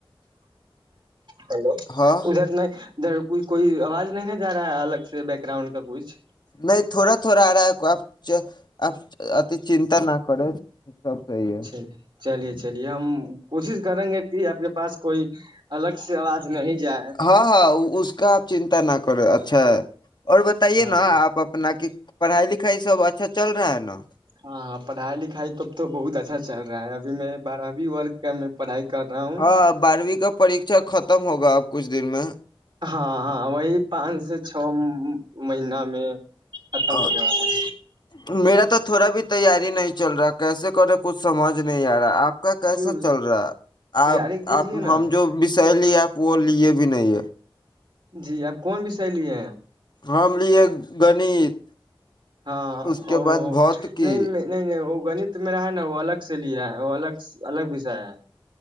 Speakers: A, on the right; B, on the left.
A: ہیلو
B: ہاں
A: ادھر نہیں ادھر کچھ کوئی آواز نہیں نہ جا رہا ہے الگ سے بیک گراؤنڈ کا کچھ
B: نہیں تھوڑا تھوڑا آ رہا ہے آپ اتی چنتا نہ کریں سب <unintelligible>
A: چل چلیے چلیے ہم کوشش کریں گے کہ آپ کے پاس کوئی الگ سے آواز نہیں جائے
B: ہاں ہاں اس کا آپ چنتا نہ کرو اچا چھ اور بتائیے
A: ہاں
B: نا آپ اپنا کی پڑھائی لکھائی سب اچھا چل رہا ہے نا
A: ہاں ہاں پڑھائی لکھائی توب تو بہت اچھا چل رہا ہے ابھی میں بارہویں ورگ کا پڑھائی کر رہا ہوں
B: ہاں بارہویں کا پریکشا ختم ہوگا اب کچھ دن میں
A: ہاں ہاں وہی پانچ سو چھ مہین میں ختم
B: ہاں
A: بولے وال
B: میرا تو تھوڑا بھی تیاری نہیں چل رہا کیسے کرے کچھ سمجھ نہیں آ رہا آپ کا کیسا
A: کیوں
B: چل رہا ہے
A: تیاری
B: آپ
A: کیجیے
B: آپ ہم
A: نا
B: جو سہیلی آپ وہ لیے بھی نہیں ہے
A: جی اب کون وشے لیے ہیں
B: ہم لے گنت
A: ہاں
B: اس کے
A: او
B: بعد بھوت کی
A: نہیں نہیں نہیں نہیں گنت میرا ہے نا وہ الگ سے لیا ہے وہ الگ الگ وشا ہے